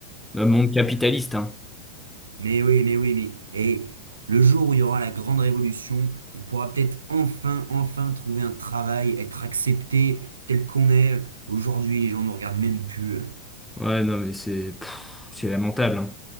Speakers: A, in the centre; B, on the right.
A: Un monde capitaliste, hein.
B: Mais oui, mais oui, mais et le jour où il y aura la grande révolution, on pourra peut-être enfin, enfin trouver un travail, être accepté tel qu'on est. Aujourd'hui, les gens ne regardent même plus. hein.
A: Ouais, non mais c'est pff, c'est lamentable, hein.